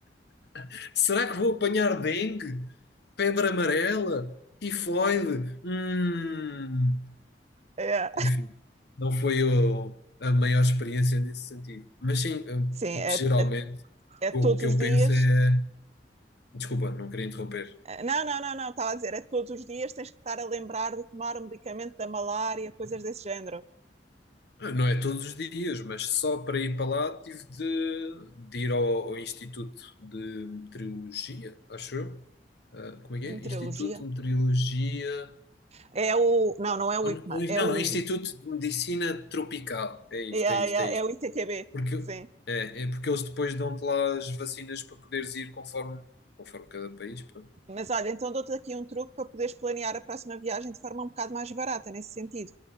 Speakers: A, on the left; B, on the right.
A: <laughs> Será que vou apanhar dengue, febre amarela, tifoide? Hum.
B: yeah.
A: Enfim, não foi o- a maior experiência nesse sentido. Mas sim, eu,
B: Sim, é,
A: geralmente,
B: é
A: o
B: todos
A: que
B: os
A: eu
B: dias
A: penso é. Desculpa, não queria interromper.
B: Não, não, não, não, estava a dizer, é que todos os dias tens que estar a lembrar de tomar o medicamento da malária, coisas desse género.
A: Não é todos os dias, mas só para ir para lá tive de, de ir ao, ao Instituto de Meteorologia, acho eu. Ah, como é
B: De
A: que é?
B: meteorologia?
A: Instituto de Meteorologia.
B: É o. Não, não é o
A: Ou
B: IPMA,
A: n- ou-
B: é
A: não,
B: o.
A: Instituto de Medicina Tropical. É isto,
B: É, a-
A: é isto,
B: é, a-
A: é isto.
B: é o ITQB,
A: Porque,
B: sim.
A: é, é porque eles depois dão-te lá as vacinas para poderes ir conforme, conforme cada país. pronto.
B: Mas olha, então dou-te aqui um truque para poderes planear a próxima viagem de forma um bocado mais barata, nesse sentido.